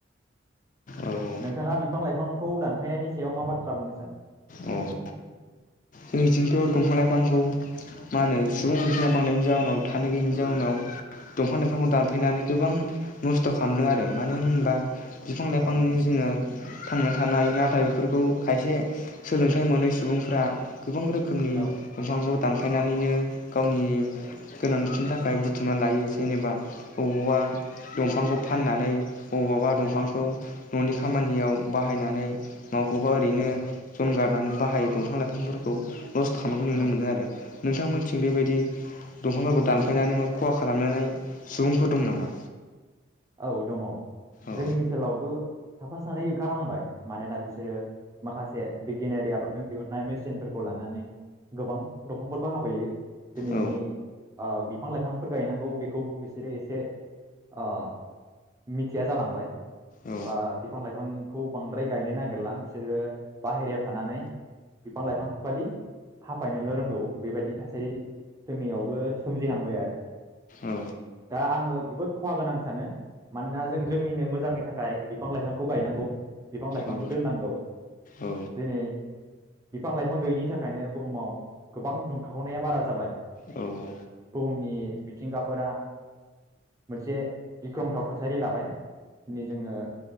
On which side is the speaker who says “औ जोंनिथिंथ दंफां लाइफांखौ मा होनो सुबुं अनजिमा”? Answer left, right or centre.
Left